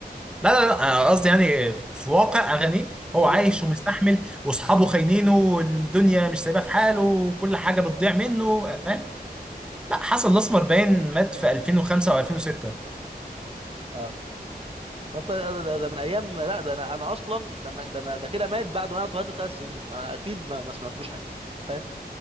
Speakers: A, in the centre; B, on the right (about 35°).
A: لا لا لا أنا قصدي يعني في واقع اغانيه
B: بقول
A: هو عايش
B: برضه
A: ومستحمل واصحابه خاينينه والدنيا مش سايباه في حاله وكل حاجه بتضيع منه فاهم لا حسن الاسمر باين مات في 2005 او 2006
B: اه طب ده, ده, ده, ده من ايام لا ده انا انا اصلا ده انا ده, أنا ده كده مات بعد ما انا اتولدت بثلاث سنين فاكيد ما, ما سمعتلوش حاجه فاهم